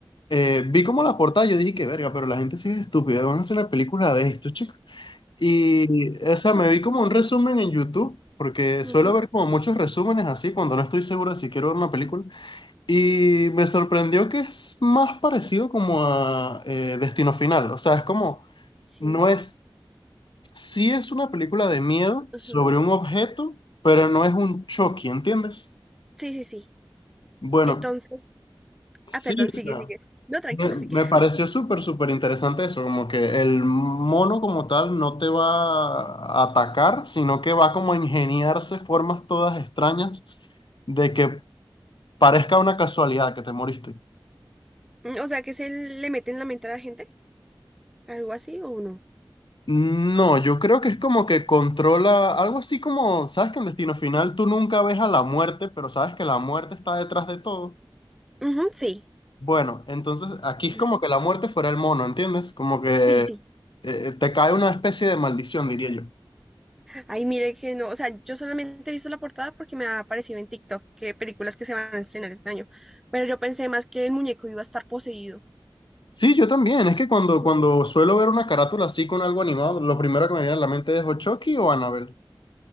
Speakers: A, on the left (about 70°); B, in the centre.
A: Eh, vi como la portada, yo dije que verga, pero la gente sí es estúpida, van a hacer una película de esto, chicos. Y, o sea, me vi como un resumen en YouTube, porque
B: ujú,
A: suelo ver como muchos resúmenes así cuando no estoy seguro de si quiero ver una película. Y me sorprendió que es más parecido como a eh, Destino Final, o sea, es como,
B: Sí,
A: no es, sí es una película de miedo
B: ujú.
A: sobre un objeto, pero no es un Chucky, ¿entiendes?
B: Sí, sí, sí.
A: Bueno,
B: Entonces,
A: sí,
B: ah, perdón,
A: o
B: sigue,
A: sea.
B: sigue. No, tranquilo,
A: Me, me
B: sigue.
A: pareció súper, súper interesante eso, como que el mono como tal no te va a atacar, sino que va como a ingeniarse formas todas extrañas de que parezca una casualidad que te moriste.
B: Mm, O sea, que se le mete en la mente a la gente, algo así o no.
A: No, yo creo que es como que controla algo así como, sabes que en Destino Final tú nunca ves a la muerte, pero sabes que la muerte está detrás de todo.
B: Ujú, sí.
A: Bueno, entonces aquí es
B: Ujú.
A: como que la muerte fuera el mono, ¿entiendes? Como que
B: Sí, sí.
A: eh, te cae una especie de maldición, diría yo.
B: Ay, mire que no, o sea, yo solamente he visto la portada porque me ha aparecido en TikTok que películas que se van a estrenar este año, pero yo pensé más que el muñeco iba a estar poseído.
A: Sí, yo también. Es que cuando,
B: Sí.
A: cuando suelo ver una carátula así con algo animado, lo primero que me viene a la mente es o Chucky o Annabelle.